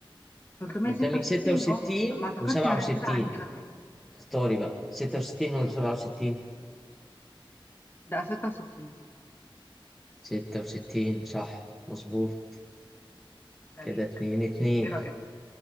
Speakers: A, on the left; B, in the centre.
A: 366
B: قدامك 66
A: اه ما اعتقدش
B: و67
A: انها هتزيد عن كده
B: اختاري بقى 66 ولا 67
A: ده 66
B: 66 صح مظبوط
A: عليك
B: كده اتنين اتنين
A: ايه رايك